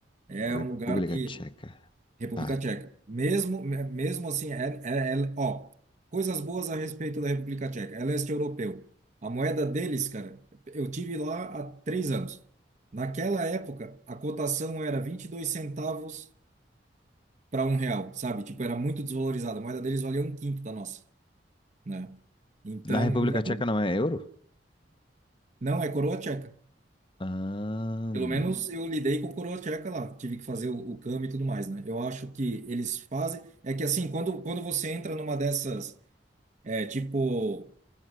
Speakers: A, on the right (about 40°); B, on the left (about 30°).
A: É um
B: República
A: lugar que
B: Tcheca.
A: República
B: Tá.
A: Tcheca. Mesmo, me- mesmo assim, é, é, é- ó, coisas boas a respeito da República Tcheca. É leste europeu. A moeda deles, cara, eu tive lá há três anos. Naquela época, a cotação era 22 centavos para um real, sabe? Tipo, era muito desvalorizada. A moeda deles valia um quinto da nossa, né? Então,
B: Na República
A: não,
B: Tcheca não é euro?
A: não é coroa tcheca.
B: Ahn,
A: Pelo menos eu lidei com coroa tcheca lá. Tive que fazer o, o câmbio e tudo mais, né? Eu acho que eles fazem. É que assim, quando, quando você entra numa dessas. É tipo,